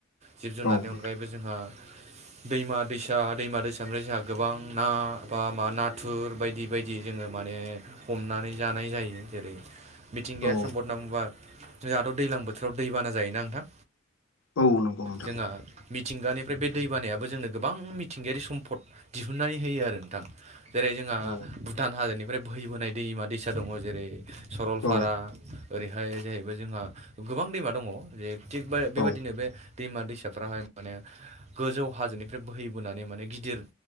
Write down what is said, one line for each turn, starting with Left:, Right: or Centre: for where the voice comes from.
Right: जिब जुनारनि
Left: औ नोंथां
Right: अनगायैबो जोंहा दैमा दैसा दैमा दैसा निफ्राय जोंहा गोबां ना बा मा नाथुर बायदि बायदि बि जोङो माने हमनानै जानाय जायो जेरै मिथिंगायारि
Left: औ
Right: सम्पद होनना बुंबा जोंहाथ' दैलां बोथोराव दैबाना जायोना नोंथां?
Left: औ नंगौ नोंथां
Right: जोंहा मिथिंगानिफ्राय बे दै बानायाबो
Left: औ
Right: जोंनो गोबां मिथिंगायारि सम्पद दिहुननानै होयो आरो नोंथां जेरै जोंहा
Left: औ
Right: भुटान हादरनि ओमफ्राय बोहैबोनाय दैमा दैसा दङ जेरै सरलपारा
Left: औ
Right: ओरैहाय जाहैबाय जोंहा गोबां दैमा दङ जे थिग बे बेबादिनो
Left: औ
Right: बे दैमा दैसाफ्राहाय माने गोजौ हाजोनिफ्राय बोहैबोनानै माने गिदिर